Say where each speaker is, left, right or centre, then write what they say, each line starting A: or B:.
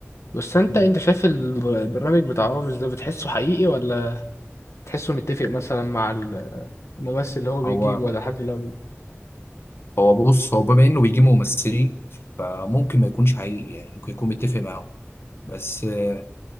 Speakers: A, on the left; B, on the left.
A: بس انت
B: مم.
A: انت شايف البرنامج بتاع رامز ده بتحسه حقيقي ولا تحسه متفق مثلا مع ال- الممثل اللي هو بيجيب
B: هو
A: ولا حد اللي هو بيجيب
B: هو بص هو بما انه بيجيب ممثلين فممكن ما يكونش حقيقي يعني ممكن يكون متفق معاهم بس آه،